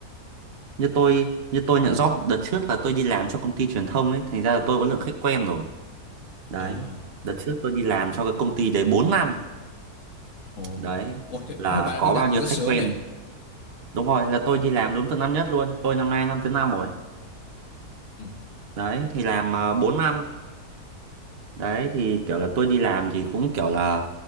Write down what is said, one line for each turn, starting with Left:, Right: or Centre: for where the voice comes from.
Right: như tôi như tôi nhận job đợt trước là tôi đi làm cho công ty truyền thông ấy thành ra là tôi có lượng khách quen rồi đấy
Left: À,
Right: đợt trước tôi đi làm cho cái công ty đấy bốn năm
Left: ồ.
Right: đấy
Left: Ủa, thế,
Right: là
Left: thế bạn đã
Right: có
Left: đi làm
Right: bao
Left: từ
Right: nhiêu
Left: rất
Right: khách
Left: sớm
Right: quen
Left: nhỉ?
Right: đúng rồi là tôi đi làm đúng từ năm nhất luôn tôi năm nay năm thứ năm rồi
Left: Ừ.
Right: đấy thì làm uh, 4 năm đấy thì kiểu là tôi đi làm thì cũng kiểu là